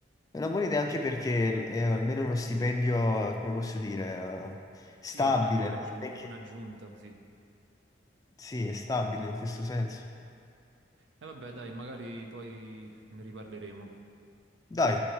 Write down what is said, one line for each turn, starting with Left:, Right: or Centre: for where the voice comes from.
Left: è una buona idea anche perché l- è almeno uno stipendio, come posso dire, eh, stabile,
Right: Sì, è un- anche un'aggiu-
Left: no? E che-
Right: un'aggiunta, sì.
Left: Sì, è stabile in questo senso.
Right: E vabbè, dai, magari poi ne riparleremo.
Left: Dai,